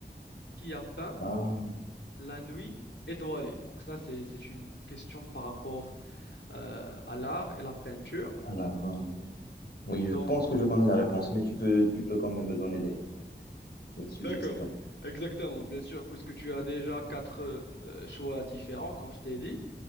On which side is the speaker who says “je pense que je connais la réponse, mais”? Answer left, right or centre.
Left